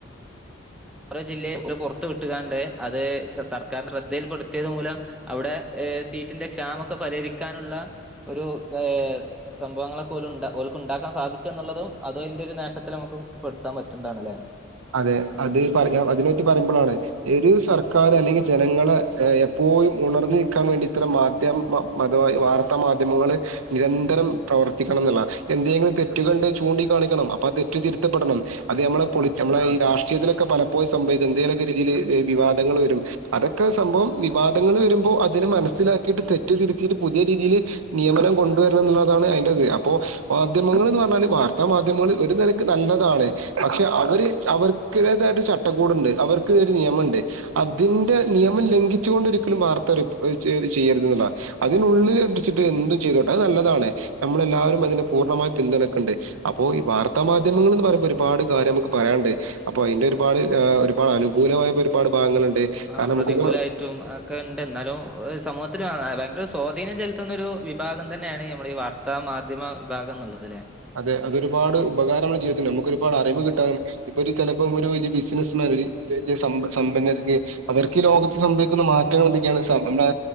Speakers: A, in the centre; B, on the right.
A: ഓരോ ജില്ല ഒരു പൊർത്ത് വിട്ടുകാണ്ട് അത് സർക്കാരിന്റെ ശ്രദ്ധയിൽപ്പെടുത്തിയത് മൂലം അവിടെ ഏഹ് സീറ്റിന്റെ ക്ഷാമൊക്കെ പരിഹരിക്കാനുള്ള ഒരു ഏഹ് സംഭവങ്ങളൊക്ക ഓല്ണ്ട ഓല്ക്ക് ഉണ്ടാക്കാൻ സാധിച്ചു എന്നുള്ളതും അത് അതിന്റെ ഒരു നേട്ടത്തില് നമുക്ക് പെടുത്താൻ പറ്റണ്ടാണല്ലേ.
B: അതെ അത് പറഞ്ഞ അതിനെപറ്റി പറയുമ്പോളാണ് ഒരു സർക്കാര് അല്ലെങ്കിൽ ജനങ്ങളെ എപ്പോഴും ഉണർന്ന് നിക്കാൻ വേണ്ടി ഇത്തരം മാധ്യമം മത വാർത്താ മാധ്യമങ്ങള് നിരന്തരം പ്രവർത്തിക്കണം ന്ന്ള്ള എന്തെങ്കിലും തെറ്റ് കണ്ട് ചൂണ്ടിക്കാണിക്കണം, അപ്പൊ ആ തെറ്റ് തിരുത്തപ്പെടണം അത് നമ്മളെ പൊളി
A: ആഹ് അതെ
B: നമ്മള ഈ രാഷ്ട്രീയത്തിലൊക്കെ പലപ്പോഴും സംഭവിക്ക്ന്നത് എന്തേലൊക്കെ രീതിയില് വിവാദങ്ങൾ വരും അതൊക്കെ സംഭവം വിവാദങ്ങൾ വരുമ്പോൾ അതിനെ മനസ്സിലാക്കിയിട്ട് തെറ്റ് തിരുത്തീട്ട് പുതിയ രീതിയില് നിയമനം കൊണ്ടുവരും എന്നുള്ളതാണ് അയിന്റത് അപ്പോ മാധ്യമങ്ങൾന്ന് പറഞ്ഞാല് വാർത്താ മാധ്യമങ്ങള് ഒരു നിലക്ക് നല്ലതാണ് പക്ഷെ അവര് അവർക്കടേതായിട്ട് ചട്ടക്കൂടുണ്ട് അവർക്ക് ഒരു നിയമംണ്ട്. അതിന്റെ നിയമം ലംഘിച്ചൊണ്ടൊരിക്കലും വാർത്തറി ചെയ്യരുത് എന്ന്ള്ളതാണ്. അതിനുള്ളിൽ വെച്ചിട്ട് എന്തും ചെയ്തോട്ടെ അത് നല്ലതാണ്. നമ്മളെല്ലാവരും അതിനെ പൂർണ്ണമായി പിന്തുണക്കുന്നുണ്ട് അപ്പോ വാർത്താ മാധ്യമങ്ങൾ എന്ന് പറയ്മ്പോ ഒരുപാട് കാര്യം നമുക്ക് പറയാനണ്ട് അപ്പൊ അതിന്റെ ഒരുപാട് ഒരുപാട് അനുകൂലമായട്ട് ഒരുപാട് ഭാഗങ്ങളുണ്ട് കാരണം
A: ആഹ് പ്രതികൂല
B: നമുക്കിപ്പോ
A: ആയ തും ഒക്കെ ഉണ്ട് എന്നാലും സമൂഹത്തിന് ഭയങ്കര സ്വാധീനം ചെലുത്തുന്ന ഒരു വിഭാഗം തന്നെയാണ് നമ്മള ഈ വാർ ത്ത മാധ്യമ വിഭാഗം എന്നുള്ളത് അല്ലേ.
B: അതെ അതൊരുപാട് ഉപകാരമാണ് മ്മളെ ജീവിതത്തിന് നമുക്ക് ഒരുപാട് അറിവ്
A: ഉം
B: കിട്ടാനും ഇപ്പൊ ഒരു ചിലപ്പോം ഒരു വലിയ ബിസിനസ്മാൻ, ഒരു വലിയ സമ്പന്നർക്ക് അവർക്ക് ഈ ലോകത്ത് സംഭവിക്കുന്ന മാറ്റങ്ങൾ എന്തൊക്കെയാണ് നമ്മുടെ